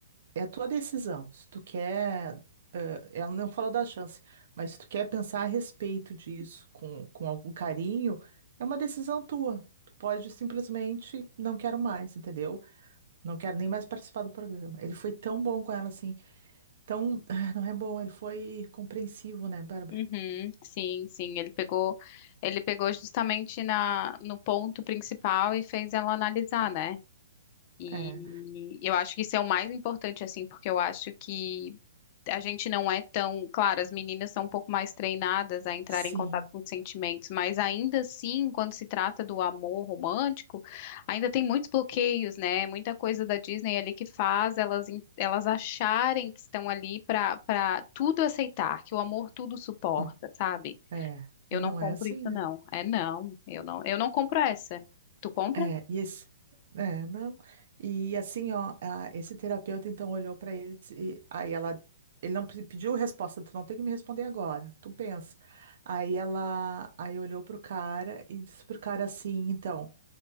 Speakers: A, on the right; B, on the left.
A: é a tua decisão. Se tu quer, eh, ela não falou da chance, mas se tu quer pensar a respeito disso com, com algum carinho, é uma decisão tua. Tu pode simplesmente não quero mais, entendeu? Não quero nem mais participar do programa. Ele foi tão bom com ela, assim. Tão. Ah, Não é bom, ele foi compreensivo, né, Bárbara?
B: Uhum, sim, sim, ele pegou, ele pegou justamente na, no ponto principal e fez ela analisar, né? E
A: É.
B: eu acho que isso é o mais importante, assim, porque eu acho que a gente não é tão. Claro, as meninas são um pouco mais treinadas a entrar
A: Sim.
B: em contato com os sentimentos, mas ainda assim, quando se trata do amor romântico, ainda tem muitos bloqueios, né? Muita coisa da Disney ali que faz elas, en- elas acharem que estão ali para para tudo aceitar, que o amor tudo suporta,
A: ó,
B: sabe?
A: É.
B: Eu
A: E
B: não
A: não
B: compro
A: é assim,
B: isso,
A: né?
B: não. É, não, eu não, eu não compro essa. Tu compra?
A: É, e esse, é, não. E assim, ó, a- esse terapeuta então olhou para ele e, disse- e- aí ela, ele não pe- pediu resposta, tu não tem que me responder agora, tu pensa. Aí ela, aí olhou pro cara e disse pro cara assim, então,